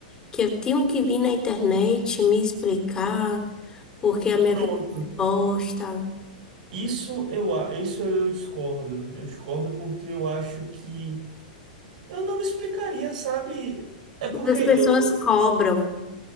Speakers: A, on the left (about 15°); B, on the right (about 60°).
A: que eu tenho que vir na internet me explicar porque a minha
B: pronto.
A: vida é exposta.
B: Isso eu, a- isso eu discordo. Eu discordo porque eu acho que eu não me explicaria, sabe? É porque
A: Mas As
B: eu,
A: pessoas
B: eu sou-
A: cobram.